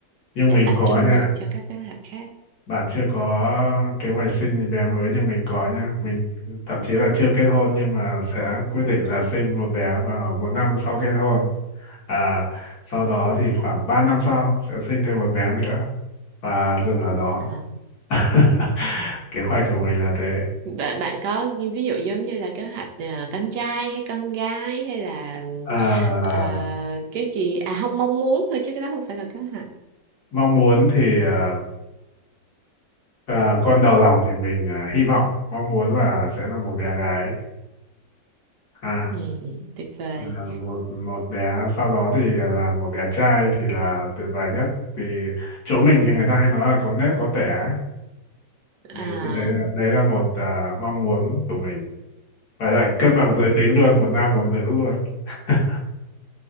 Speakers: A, on the left; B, on the right.
A: Nhưng
B: để
A: mình
B: tập
A: có
B: trung
A: nha,
B: được cho các kế hoạch khác
A: bạn chưa có kế hoạch sinh bé mới nhưng mình có nha. Mình thậm chí là chưa kết hôn nhưng mà sẽ quyết định là sinh một bé vào một năm sau kết hôn. À, sau đó thì khoảng 3 năm sau sẽ sinh thêm một bé nữa và dừng ở đó.
B: à.
A: <laughs> Kế hoạch của mình là thế.
B: Bạn bạn có những ví dụ giống như là kế hoạch à, con trai hay con gái hay là
A: À,
B: à, cái gì à không mong muốn thôi chứ cái đó không phải là kế hoạch
A: mong muốn thì à, à, con đầu lòng thì mình à, hy vọng mong muốn là sẽ là một bé gái. À.
B: ừ, tuyệt vời
A: À, một một bé sau đó thì là một bé trai thì là tuyệt vời nhất vì chỗ mình thì người ta hay nói là có nếp có tẻ ấy. mình
B: à,
A: nghĩ đấy là đấy là một à, mong muốn của mình phải lại cân bằng giới tính luôn một nam một nữ luôn <laughs>